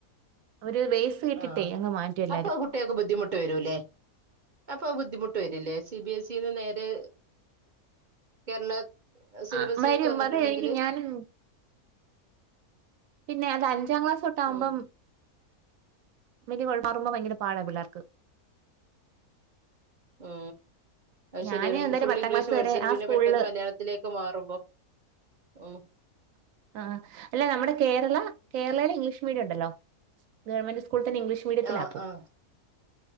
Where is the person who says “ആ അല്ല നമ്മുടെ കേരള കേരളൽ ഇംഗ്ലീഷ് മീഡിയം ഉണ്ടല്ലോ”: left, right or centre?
Right